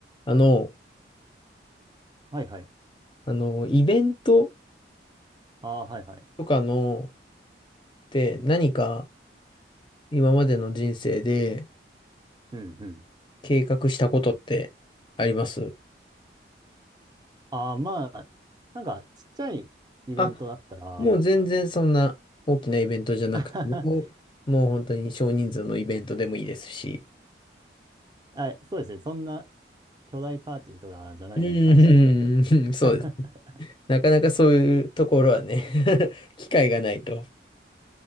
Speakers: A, on the left; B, on the right.
A: あの、
B: はいはい。
A: あの、イベント
B: ああ、はいはい。
A: とかのって何か今までの人生で
B: うんうん。
A: 計画したことってあります
B: ああ、まあ、なんか、ちっちゃいイベントだったら、
A: あ、もう全然そんな大きなイベントじゃなくても、
B: <laughs>
A: もう本当に少人数のイベントでもいいですし。
B: あ、そうですね。そんな巨大パーティーとかじゃない話ですよ。
A: うん、<laughs> うんそうです。
B: <laughs>
A: なかなかそういうところはね <laughs> 機会がないと。